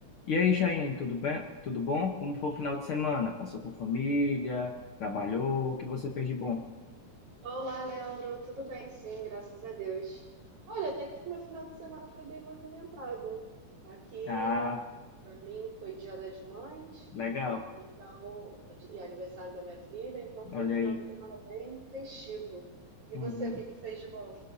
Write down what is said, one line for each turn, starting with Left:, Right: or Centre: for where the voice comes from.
Left: E aí, Chayenne, tudo bem? Tudo bom? Como foi o final de semana? Passou com família? Trabalhou? O que você fez de bom?
Right: Olá, Leandro. Tudo bem? Sim, graças a Deus. Olha, até que meu final de semana foi bem movimentado. Tá Aqui,
Left: Ah,
Right: para mim, foi Dia das Mães,
Left: legal.
Right: então, e aniversário da minha filha, então foi
Left: Olha
Right: um final
Left: aí.
Right: de semana bem festivo. E
Left: Uhum.
Right: você, o que que fez de bom?